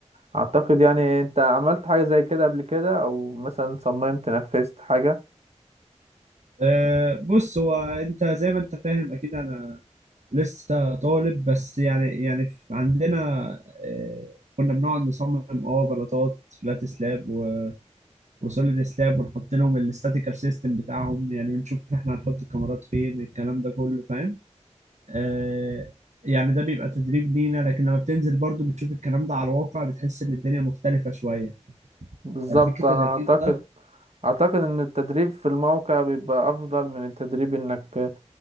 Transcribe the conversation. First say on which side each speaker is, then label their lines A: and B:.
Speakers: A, on the right; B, on the right.
A: اعتقد يعني انت عملت حاجة زي كده قبل كده او مثلا صممت نفذت حاجة
B: آه، بص هو انت زي ما انت فاهم اكيد انا لسه طالب بس يعني يعني في- عندنا آه، كنا بنقعد نصمم اه بلاطات فلات سلاب و- وسوليد سلاب ونحط لهم الاستاتيكال سيستم بتاعهم يعني بنشوف احنا هنحط الكاميرات فين الكلام ده كله فاهم آه، يعني ده بيبقى تدريب لينا لكن لما بتنزل برضو بتشوف الكلام ده على الواقع بتحس ان الدنيا مختلفة شوية
A: بالظبط
B: يعني فكرة
A: انا
B: انك
A: اعتقد
B: انت
A: اعتقد ان التدريب في الموقع بيبقى افضل من التدريب انك